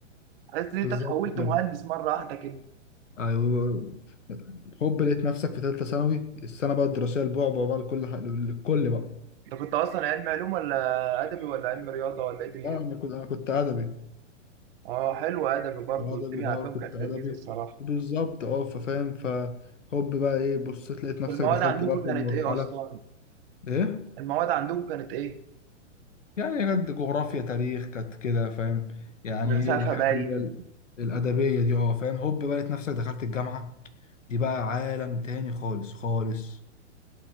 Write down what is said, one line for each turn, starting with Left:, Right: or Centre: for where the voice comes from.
Right: حاسس ان انت
Left: بالظبط
Right: اتحولت
Left: فاهم.
Right: مهندس مره واحده كده
Left: ايوه هوب لقيت نفسك في ثالثه ثانوي السنه بقى الدراسيه البعبع بقى لكل ح... لكل بقى
Right: انت كنت اصلا علم علوم ولا ادبي ولا علم رياضه ولا ايه دنيتك؟
Left: لا انا كنت انا كنت ادبي
Right: اه حلو ادبي برضه
Left: الأدبي
Right: الدنيا عندهم
Left: اه كنت
Right: كانت
Left: أدبي
Right: لذيذه الصراحه
Left: بالظبط اه ففاهم فهوب بقى ايه بصيت لقيت نفسك
Right: المواد
Left: دخلت
Right: عندكم
Left: بقى في
Right: كانت
Left: المرحلة
Right: ايه اصلا
Left: ايه
Right: المواد عندكم كانت ايه؟
Left: يعني كانت جغرافيا تاريخ كانت كده فاهم يعني
Right: مم. فلسفه
Left: ايه الحاجات
Right: باين
Left: اللي هي ال- الأدبية دي اه فاهم هوب بقى لقيت نفسك دخلت الجامعة دي بقى عالم تاني خالص خالص